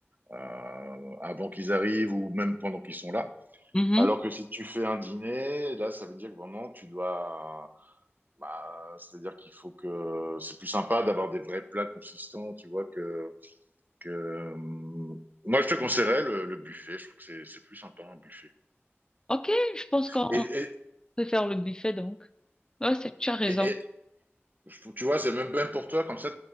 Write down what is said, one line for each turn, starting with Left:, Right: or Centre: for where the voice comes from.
Right: euh, avant qu'ils arrivent ou même pendant qu'ils sont là.
Left: Mhm.
Right: Alors que si tu fais un dîner, là, ça veut dire que vraiment, tu dois. bah, c'est-à-dire qu'il faut que. C'est plus sympa d'avoir des vrais plats consistants, tu vois, que euh, moi, je te conseillerais le, le buffet. Je trouve que c'est plus sympa un buffet.
Left: Ok, je pense qu'on
Right: Et, et,
Left: peut faire le buffet donc. Ouais, c'est- tu as raison.
Right: et, et tu vois, c'est même, bien pour toi, comme ça,